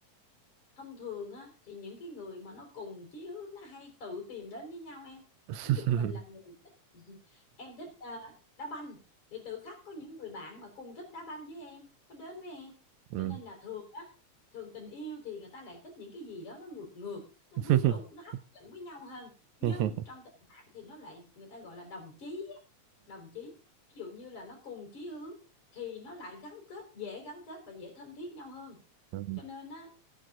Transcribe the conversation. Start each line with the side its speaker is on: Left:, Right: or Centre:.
Left: thông thường á thì những cái người mà nó cùng chí hướng nó hay tự tìm đến với nhau em
Right: <laughs>
Left: ví dụ mình là người <laughs> em thích ờ, đá banh thì tự khắc có những người bạn mà cùng thích đá banh với em có đến với em
Right: ừ.
Left: cho nên là thường á thường tình yêu thì người ta lại thích những cái gì đó nó ngược ngược nó
Right: <laughs>
Left: quyến rũ nó hấp dẫn với nhau hơn nhưng
Right: ừ. Ừ.
Left: trong tình bạn thì nó lại người ta gọi là đồng chí á, đồng chí ví dụ như là nó cùng chí hướng thì nó lại gắn kết dễ gắn kết và dễ thân thiết nhau hơn
Right: Ừ.
Left: cho nên á